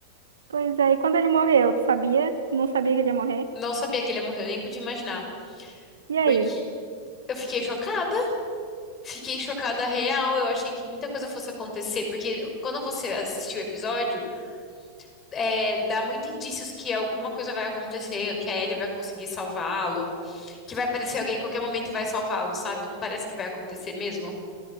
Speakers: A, on the right; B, on the left.
A: Pois é, e quando ele morreu, tu sabia? Não sabia que ele ia morrer?
B: Não sabia que ele morreu, nem podia imaginar.
A: E aí?
B: Porque eu fiquei chocada. Fiquei chocada real. Eu achei que muita coisa fosse acontecer. Porque quando você assistiu o episódio, é, dá muito indícios que alguma coisa vai acontecer, que a Ellie vai conseguir salvá-lo, que vai aparecer alguém em qualquer momento e vai salvá-lo, sabe? Não parece que vai acontecer mesmo.